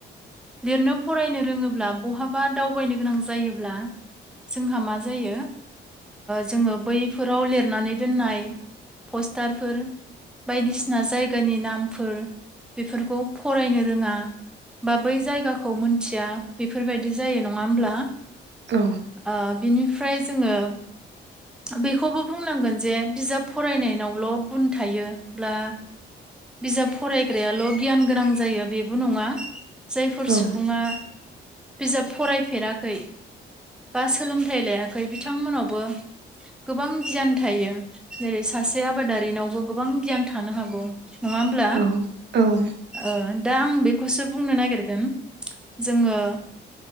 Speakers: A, in the centre; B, on the right (about 60°).
A: लिरनो फरायनो रोङोब्ला बहाबा दावबायनो गोनां जायोब्ला जोंहा मा ज जायो जोङो बैफोराव लिरनानै दोननाय पस्टारफोर बायदिसिना जायगानि नामफोर बेफोरखौ फरायनो रोङा बा बै जायगाखौ मोनथिया बेफोरबायदि जायो नङा होमब्ला
B: औ
A: आ बिनि मफ्राय जोङो बेखौबो बुंनांगोन जे बिजाब फरायनायनावल' गुन थायोब्लाब्ला बिजाब फरायग्रायाल' गियान गोनां जायो बेबो नङा जायफोर
B: औ
A: सुबुङा बिजाब फरायफेराखै बा सोलोंथाइ लाया थाखै बिथांमोनावबो गोबां गियान थायो जेरै सासे आबादारिनावबो गोबां गियान थानो हागौ नङा होमब्ला
B: औ औ
A: ओ दा आं बेखौसो बुंनो नागिरगोन जोङो